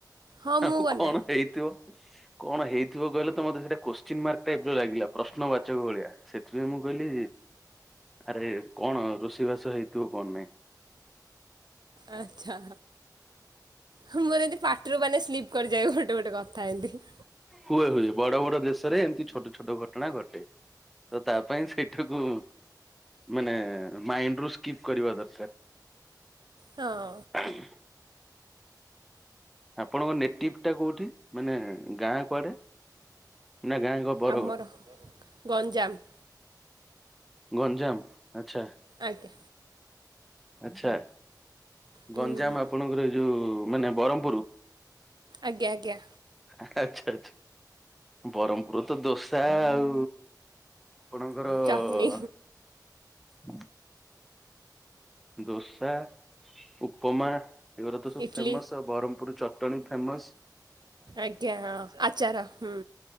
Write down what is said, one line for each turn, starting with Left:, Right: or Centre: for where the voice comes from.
Right: ହଁ
Centre: ଆଉ
Right: ମୁଁ ବନାଏ।
Centre: କଣ ହେଇଥିବ? କଣ ହେଇଥିବ କହିଲେ ତ ମତେ ସେଇଟା କୋଶ୍ଚିନ୍ ମାର୍କ ଟାଇପର ଲାଗିଲା ପ୍ରଶ୍ନବାଚକ ଭଳିଆ। ସେଥିପାଇଁ ମୁଁ କହିଲି ଆରେ କଣ ରୋଷେଇ ବାସ ହେଇଥିବ କଣ ନାହିଁ।
Right: ଆଚ୍ଛା। ମୋର ଏମିତି ପାଟିରୁ ମାନେ ସ୍ଲିପ୍ କରିଯାଏ ଗୋଟେ ଗୋଟେ କଥା ଏମିତି।
Centre: ହୁଏ ହୁଏ ବଡ ବଡ ଦେଶରେ ଏମିତି ଛୋଟ ଛୋଟ ଘଟଣା ଘଟେ। ତ ତା ପାଇଁ ସେଇ ଟାକୁ ମାନେ ମାଇଣ୍ଡରୁ ସ୍କିପ କରିବା ଦରକାର।
Right: ହଁ।
Centre: ଆଁହୁଁହୁଁ। ଆପଣଙ୍କ ନେଟିଭ୍ ଟା କୋଉଠି? ମାନେ ଗାଁ କୁଆଡେ? ନା ଗାଁ କ ବରଗଡ଼?
Right: ଆମର ଗଞ୍ଜାମ।
Centre: ଗଞ୍ଜାମ ଆଚ୍ଛା।
Right: ଆଜ୍ଞା।
Centre: ଆଚ୍ଛା।
Right: ହୁଁ
Centre: ଗଞ୍ଜାମ ଆପଣଙ୍କର ଏଇ ଯୋଉ ମାନେ ବରହମପୁରୁ?
Right: ଆଜ୍ଞା ଆଜ୍ଞା।
Centre: ଆଚ୍ଛା ଆଚ୍ଛା। ବରହମପୁର। ତ ଦୋସା ଆଉ ଆପଣଙ୍କର ହୁଁ
Right: ଚଟଣି,
Centre: ଦୋସା, ଉପମା ଏଗୁଡା ତ ସବୁ
Right: ଇଟଲି
Centre: ଫେମସ୍ ଆଉ। ବରହମପୁର ଚଟଣୀ ତ ଫେମସ୍।
Right: ଆଜ୍ଞା ହଁ ଆଚାର ହୁଁ।